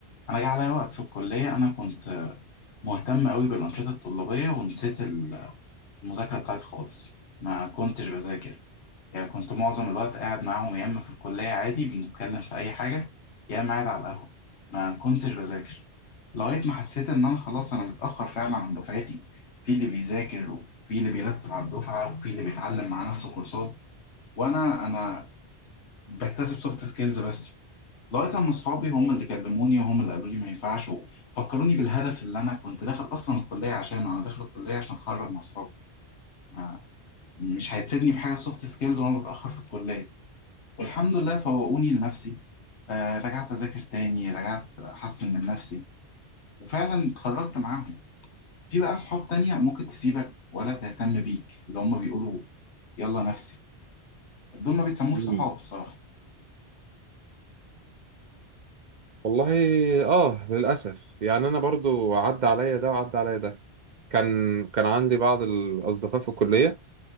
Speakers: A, on the left; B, on the right.
A: انا جه عليا وقت في الكليه انا كنت مهتم قوي بالانشطه الطلابيه ونسيت ال- المذاكره بتاعتي خالص ما كنتش بذاكر يعني كنت معظم الوقت قاعد معاهم يا اما في الكليه عادي بنتكلم في اي حاجه يا اما قاعد على القهوه ما كنتش بذاكر لغايه ما حسيت ان انا خلاص انا متاخر فعلا عن دفعتي في اللي بيذاكر وفي اللي بيرتب على الدفعه وفي اللي بيتعلم مع نفسه كورسات وانا انا بكتسب سوفت سكيلز بس لغايه اما اصحابي هم اللي كلموني وهم اللي قالوا لي ما ينفعش وفكروني بالهدف اللي انا كنت داخل اصلا الكليه عشانه انا داخل الكليه عشان اتخرج مع اصحابي ما- مش هيفيدني بحاجه سوفت سكيلز وانا بتاخر في الكليه والحمد لله فوقوني لنفسي آه رجعت اذاكر تاني رجعت احسن من نفسي وفعلا اتخرجت معاهم في بقى اصحاب تانية ممكن تسيبك ولا تهتم بيك اللي هم بيقولوا يلا نفسي دول ما بيتسموش
B: مم.
A: صحاب الصراحه
B: والله آه للأسف يعني أنا برضو عدى عليا ده وعدى عليا ده كان كان عندي بعض الأصدقاء في الكلية